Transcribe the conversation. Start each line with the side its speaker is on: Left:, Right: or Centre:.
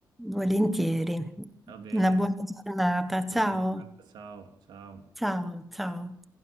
Centre: Volentieri.
Right: Va bene,
Centre: Una buona giornata. Ciao,
Right: Allora, ciao, ciao.
Centre: ciao, ciao.